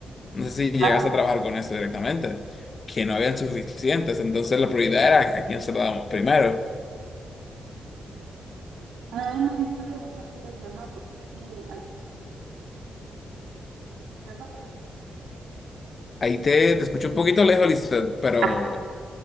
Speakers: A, on the left (about 45°); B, on the right (about 80°).
A: No sé si llegas
B: Claro,
A: a trabajar con eso directamente, que no habían suficientes, entonces la prioridad era a quién se lo damos primero.
B: realmente mucha gente decía, no, porque aquí hay Siempre-
A: Ahí te, te escucho un poquito lejos, Lisbeth, pero
B: Ah,